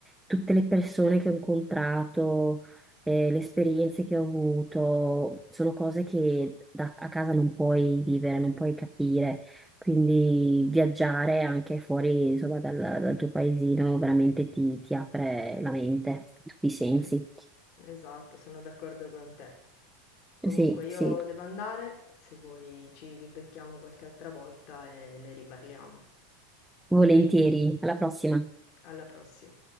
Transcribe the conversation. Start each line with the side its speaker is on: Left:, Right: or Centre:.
Centre: tutte le persone che ho incontrato, eh, le esperienze che ho avuto, sono cose che da- a casa non puoi vivere, non puoi capire. Quindi viaggiare anche fuori, insomma, dal, dal tuo paesino veramente ti, ti apre la mente, tutti i sensi.
Left: Es- Esatto, sono d'accordo con te. Comunque
Centre: Sì,
Left: io
Centre: sì,
Left: devo andare, se vuoi ci ribecchiamo qualche altra volta e ne riparliamo.
Centre: volentieri. Alla prossima.
Left: Alla prossima.